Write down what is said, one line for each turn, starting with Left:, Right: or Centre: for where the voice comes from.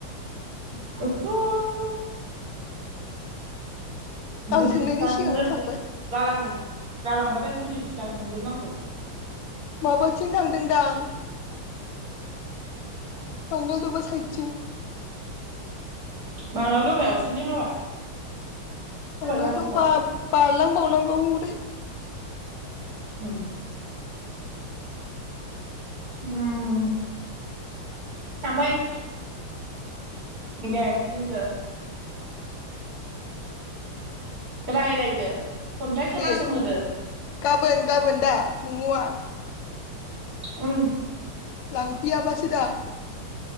Right: इसर
Left: आं
Right: गुदि
Left: सोंनायनि
Right: <unintelligible>
Left: सिगांनो थांबाय
Right: गालां गालांबाथाय गुदि फिथा सोंजोबनांगौ
Left: माबाथिं थांदों दां बांगाल दबा साइटथिं
Right: बाङाल दबायाव सोरनि हाबा?
Left: आंगोलथ'
Right: जाबोथाव
Left: दबा बारलां बावनांगौ बै
Right: औ उम उम दाबाय दे बुंदो रायलायदो खन्थाइ खोनासंहोदो
Left: दे गाबोन गाबोन दा ममआ <unintelligible>
Right: उम
Left: लांफैया बासो दा